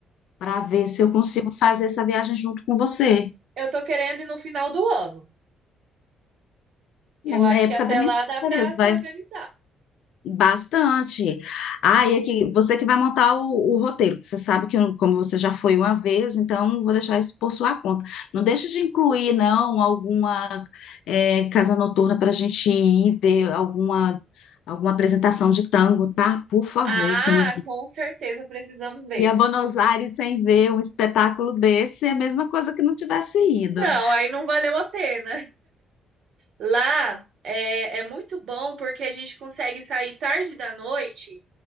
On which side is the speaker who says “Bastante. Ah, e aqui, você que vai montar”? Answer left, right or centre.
Left